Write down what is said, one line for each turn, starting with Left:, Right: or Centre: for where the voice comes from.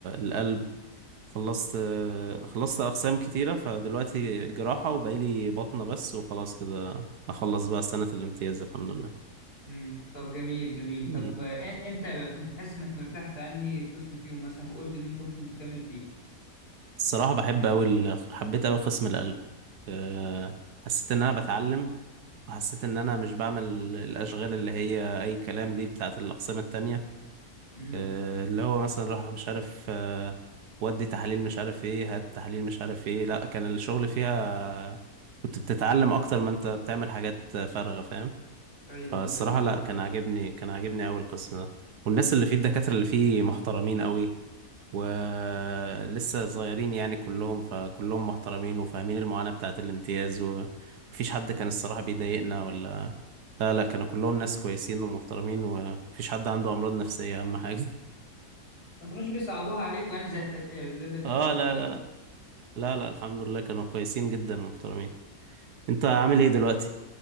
Right: القلب خلصت خلصت أقسام كتيرة فدلوقتي جراحة وبقالي بطنة بس وخلاص كده أخلص بقى سنة الامتياز الحمد لله
Left: امم طب جميل جميل
Right: مم.
Left: طب آه، إن- انت كنت حاسس انك مرتاح في انهي قسم فيهم مثلا وقلت ان انت ممكن تكمل فيه
Right: الصراحة بحب أوي ال- حبيت أوي قسم القلب أه، حسيت إن أنا بتعلم وحسيت إن أنا مش بعمل الأشغال اللي هي أي كلام دي بتاعة الأقسام التانية
Left: امم
Right: أه، اللي هو مثلا روح مش عارف أه، ودي تحاليل مش عارف إيه هات تحاليل مش عارف إيه لأ كان الشغل فيها كنت بتتعلم أكتر ما أنت بتعمل حاجات فارغة فاهم
Left: ايوه
Right: فالصراحة
Left: اه جميل
Right: لا كان عاجبني كان عاجبني أوي القسم ده والناس اللي فيه الدكاترة اللي فيه محترمين أوي ولسه صغيرين يعني كلهم فكلهم محترمين وفاهمين المعاناة بتاعة الامتياز ومفيش حد كان الصراحة بيضايقنا ولا لا لا كانوا كلهم ناس كويسين ومحترمين ومفيش حد عنده أمراض نفسية أهم حاجة
Left: ما كانوش بيصعبوها عليك يعني زي الت... آه، زي
Right: <laughs>
Left: الدكاترة
Right: اه
Left: التانيين
Right: لا لا لا لا الحمد لله كانوا كويسين جدا ومحترمين انت عامل ايه دلوقتي؟